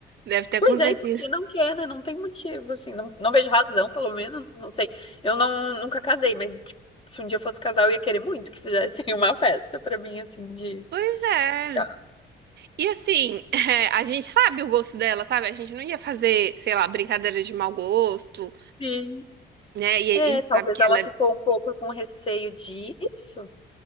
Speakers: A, on the right; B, on the left.
A: Deve ter acontecido.
B: Pois é, e por que não quer, né? Não tem motivo, assim. Não, não vejo razão, pelo menos. Não sei. Eu não, nunca casei, mas tipo, se um dia eu fosse casar, eu ia querer muito que fizessem <laughs> uma festa pra mim, assim, de.
A: Pois é.
B: Ah,
A: E assim, <laughs> é, a gente sabe o gosto dela, sabe? A gente não ia fazer, sei lá, brincadeira de mau gosto,
B: Sim.
A: né? E,
B: É,
A: e
B: talvez
A: sabe que
B: ela
A: ela
B: ficou
A: é.
B: um pouco com receio disso.